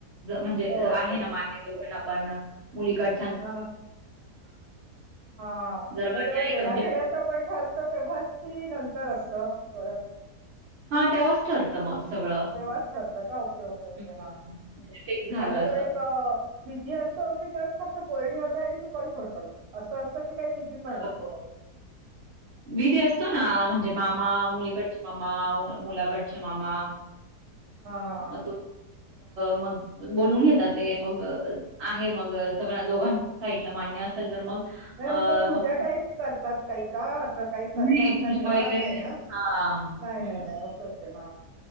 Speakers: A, on the right; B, on the right.
A: म्हणजे
B: ओके
A: आहे
B: ओके
A: ना मान्य दोघण पण मुलीकड
B: ह हा
A: जर मान्य
B: मग तेव्हा
A: आहे
B: देण्या
A: का म्हणजे
B: घेण्याचं पण ठर तेव्हाच की नंतर असत परत
A: हा तेव्हाच ठरतं मग सगळं
B: ठरत का ओके ओके ओके
A: हं,
B: ह ह
A: म्हणजे फिक्स झालं
B: आणि मग
A: असं.
B: तो एक विधी असतो की जास्त फक्त बोलणी होत आणि सुपारी फडतात असं असतं की काही विधी पण असतो
A: हो. विधी असतो ना म्हणजे मामा मुलीकड मामा मुलाकड क्षमामा
B: हां हां हां
A: म मग बोलून घेतात ते मग आहे मग सगळ्या दोघां साईडला मान्य असेल तर मग
B: मम
A: अ,
B: तो पूजा
A: मग
B: टाईप करतात काही का असं काही करतात
A: नाही पूजा
B: का तेव्हा
A: वगैरे
B: नाही ना
A: हां.
B: नाही
A: हं,
B: नाही नाही अस अस हा ह